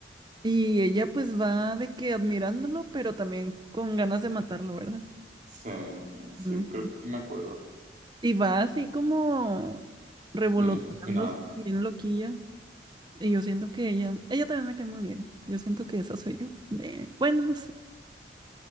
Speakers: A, on the right; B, on the right.
A: Y ella pues va de que admirándolo, pero también con ganas de matarlo, ¿verdad?
B: Sí, ah, sí,
A: Ujú.
B: creo que sí me acuerdo.
A: Y va así como revoloteando
B: Bien emocionada.
A: bien loquilla. Y yo siento que ella, ella también me cae muy bien. Yo siento que esa soy yo. Eh, bueno, no sé,